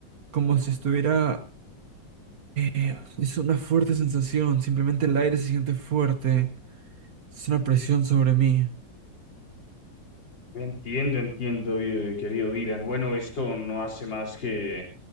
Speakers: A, on the right (about 55°); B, on the left (about 75°).
A: como si estuviera Es una fuerte sensación, simplemente el aire se siente fuerte. Es una presión sobre mí.
B: Entiendo, entiendo, eh, querido Dylan. Bueno, esto no hace más que